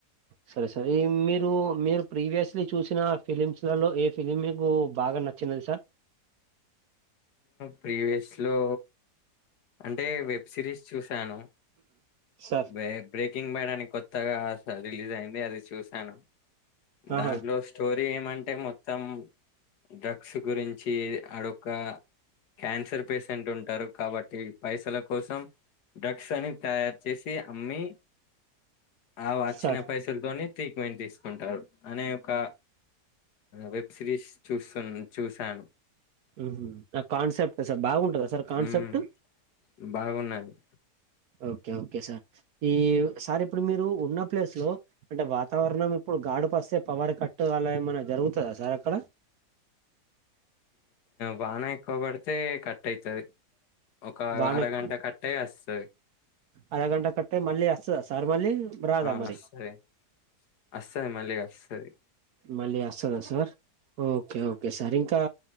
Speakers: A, on the right (about 70°); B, on the left (about 75°).
A: సరే సరే ఈ మీరు మీరు ప్రీవియస్లీ చూసిన ఫిలిమ్స్ లలో ఏ ఫిలిం మీకు బాగా నచ్చినది సార్
B: ప్రీవియస్ లో అంటే వెబ్ సిరీస్ చూసాను
A: సార్
B: బ్రే బ్రేకింగ్ బ్యాడ్ అని కొత్తగా స రిలీజ్ అయింది అది చూశాను
A: ఆహా
B: దాంట్లో స్టోరీ ఏమంటే మొత్తం డ్రగ్స్ గురించి అడొక్క క్యాన్సర్ పేషెంట్ ఉంటారు కాబట్టి పైసల కోసం డ్రగ్స్ అని తయారు చేసి అమ్మి ఆ వచ్చిన
A: సార్
B: పైసలతోనే ట్రీట్మెంట్ తీసుకుంటారు అనే ఒక వెబ్ సిరీస్ చూస్తు చూసాను
A: హ్ ఆ కాన్సెప్ట్ సార్ బాగుంటదా సార్ కాన్సెప్ట్
B: ఉమ్ బాగున్నది
A: ఓకే ఓకే సార్ ఈ సార్ ఇప్పుడు మీరు ఉన్న ప్లేస్ లో అంటే వాతావరణం ఇప్పుడు గాడు పస్తే పవర్ కట్టు అలా ఏమైనా జరుగుతదా సార్ అక్కడ
B: వాన ఎక్కువ పడితే కట్ అయితది ఒక
A: వాన
B: అరగంట
A: ఎక్కు-
B: కట్టయ్ వస్తది
A: అరగంట కట్టే మళ్ళీ వస్తదా సార్ మళ్ళీ రాదా
B: ఆ
A: మరి
B: వస్తది వస్తది మళ్ళీ వస్తది
A: మళ్ళీ వస్తదా సార్ ఓకే ఓకే సార్ ఇంకా